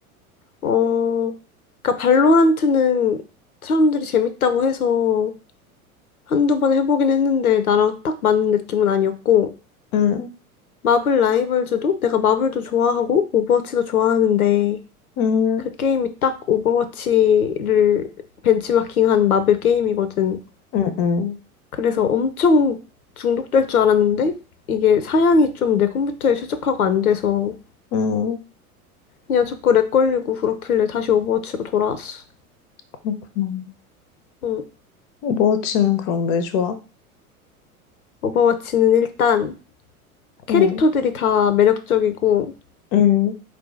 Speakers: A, on the left; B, on the left.
A: 어, 그러니까 발로란트는 사람들이 재밌다고 해서 한두 번 해보긴 했는데 나랑 딱 맞는 느낌은 아니었고
B: 응,
A: 마블 라이벌즈도 내가 마블도 좋아하고 오버워치도 좋아하는데
B: 응,
A: 그 게임이 딱 오버워치를 벤치마킹한 마블 게임이거든.
B: 응, 응,
A: 그래서 엄청 중독될 줄 알았는데 이게 사양이 좀 내 컴퓨터에 최적화가 안 돼서
B: 응.
A: 그냥 자꾸 렉 걸리고 그렇길래 다시 오버워치로 돌아왔어.
B: 그렇구나.
A: 응.
B: 오버워치는 그럼 왜 좋아?
A: 오버워치는 일단 캐릭터들이
B: 응,
A: 다 매력적이고
B: 응,